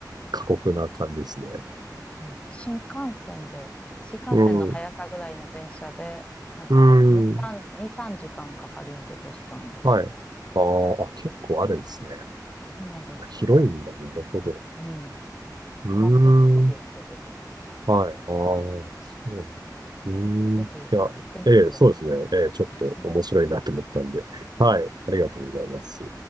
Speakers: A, on the right; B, on the left.
A: 過酷な感じですね。
B: そう。新幹線で、新幹線の速さぐらいの電車で、
A: うん。
B: なんか2、
A: うん。
B: 3、2、3時間かんかかるんで、都市間が。
A: はい。あーあ、結構あるんですね。
B: そうなんですよ。
A: 広いんだ。なるほど。
B: うん。砂漠っぽいですけど、
A: うーん。
B: 全部。
A: はい。ああ、そうなの。う
B: ぜひ行ってみてください。
A: ーん。いや、ええ、そうですね。ええ、ちょっと面白いなと思ったんで。
B: <laughs>
A: はい。ありがとうございます。